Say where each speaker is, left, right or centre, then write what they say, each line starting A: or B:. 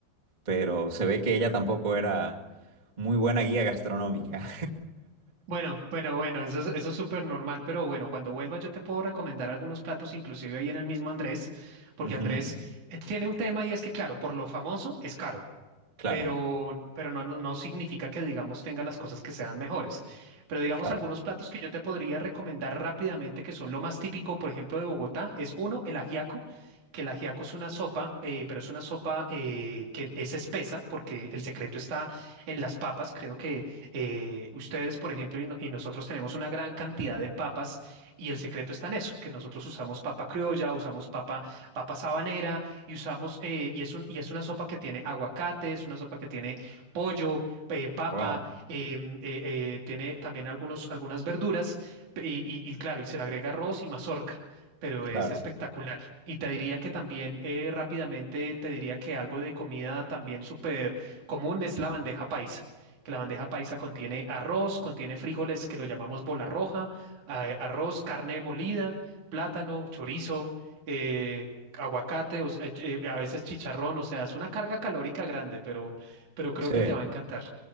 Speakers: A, on the right; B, on the right.
A: pero se ve que ella tampoco era muy buena guía gastronómica.
B: Bueno, bueno, bueno, eso es, eso es súper normal, pero bueno, cuando vuelva yo te puedo recomendar algunos platos, inclusive ahí en el mismo Andrés,
A: <laughs>
B: porque
A: Ujú,
B: Andrés eh, tiene un tema y es que, claro, por lo famoso es caro.
A: Claro,
B: pero, pero no, no no significa que, digamos, tenga las cosas que sean mejores. Pero, digamos,
A: claro.
B: algunos platos que yo te podría recomendar rápidamente, que son lo más típico, por ejemplo, de Bogotá, es uno, el ajiaco, que el ajiaco es una sopa, eh, pero es una sopa eh, que es espesa, porque el secreto está en las papas. Creo que eh, ustedes, por ejemplo, y, no- y nosotros tenemos una gran cantidad de papas, y el secreto está en eso, que nosotros usamos papa criolla, usamos papa, papa sabanera y usamos, eh, y es un, y es una sopa que tiene aguacate, es una sopa que tiene pollo, eh, papa,
A: Wow,
B: eh, eh, eh, tiene también algunos, algunas verduras, pe- y, y- y claro, y se le agrega arroz y mazorca. Pero
A: claro.
B: es espectacular. Y te diría que también eh, rápidamente te diría que algo de comida también súper común es la bandeja paisa, que la bandeja paisa contiene arroz, contiene frijoles que lo llamamos bola roja, eh, arroz, carne molida, plátano, chorizo. eh, aguacate, o s- eh, eh, a veces chicharrón, o sea, es una carga calórica grande, pero, pero creo
A: Sí,
B: que te va a encantar.